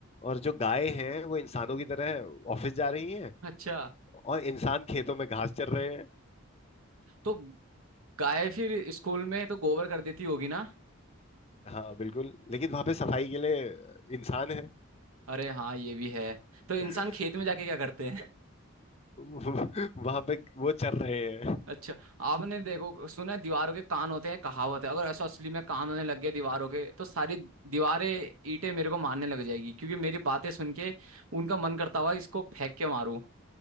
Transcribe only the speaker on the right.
अच्छा
तो गाय फिर स्कूल में तो गोबर कर देती होगी ना
अरे हाँ ये भी है तो इंसान
खेत में जाके क्या करते
अच्छा आपने देखो सुना है, दीवारों के कान होते हैं कहावत है अगर ऐसा असली में कान होने लग गए दीवारों के तो सारी दीवारें ईंटें मेरे को मारने लग जाएगी क्योंकि मेरी बातें सुन के उनका मन करता हुआ इसको फेंक के मारूं